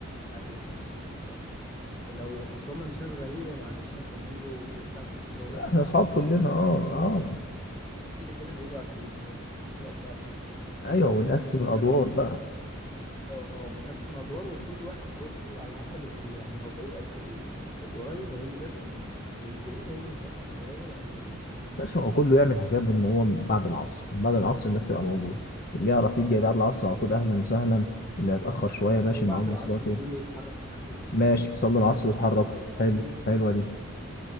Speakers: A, on the left (about 20°); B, on the left (about 45°).
A: ايوه ايوه صح صح صح لو اصل هم مش ناس غريبه معلش عشان يجوا في ساعه الفطار
B: لا، احنا اصحاب
A: فاهم
B: كلنا
A: مش هم
B: اه
A: مش ناس غريبه
B: اه
A: المنظمين كده كده هيجوا قبليها لازم هيجوا قبليها بحبه يعني
B: ايوه ونقسم
A: ممكن مثلا
B: الادوار
A: ايه
B: بقى
A: اه اه ونقسم ادوار وكل واحد برضه على حسب ال- يعني هو بعيد قد ايه القريب هيجي بدري والبعيد هيجي متاخر شويه وهكذا فاهم
B: ماشي هو كله يعمل حسابه ان هو من بعد العصر من بعد العصر الناس تبقى موجوده اللي يعرف يجي بعد العصر على طول اهلا وسهلا اللي هيتاخر شويه ماشي
A: او بعد
B: معاه مواصلاته
A: العصر كله يتحرك من عند بيته
B: ماشي صلوا
A: بس
B: العصر واتحركوا
A: والعيش الاول
B: حلو
A: يشتغل
B: حلوه دي